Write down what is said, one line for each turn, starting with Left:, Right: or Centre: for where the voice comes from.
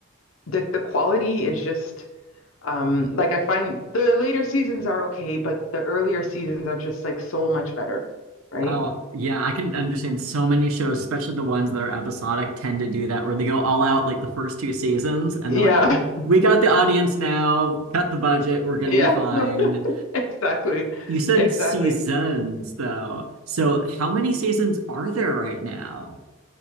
Left: the the quality is just um like I find the later seasons are okay, but the earlier seasons are just like so much better, right?
Right: Oh, yeah, I can understand so many shows, especially the ones that are episodic, tend to do that where they go all out like the first two seasons and
Left: Yeah.
Right: they're like,
Left: <laughs>
Right: we got the audience now, cut the budget, we're gonna
Left: Yeah.
Right: be fine.
Left: <laughs> Exactly.
Right: You said
Left: Exactly.
Right: seasons though. So how many seasons are there right now?